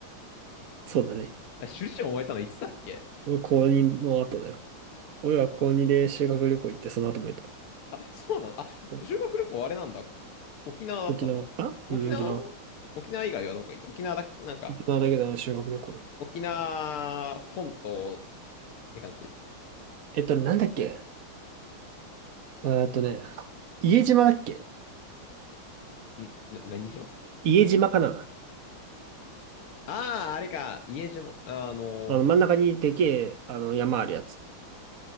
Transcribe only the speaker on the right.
そうだね。
俺高にの後だよ。俺は高2で修学旅行行って、その後も行った。
そう
沖縄、あうん、
沖縄。
沖縄だけだね、修学旅行。
えっと、なんだっけえーっとね、家島だっけ
家島かな
あの、真ん中にでけえ、あの、山あるやつ。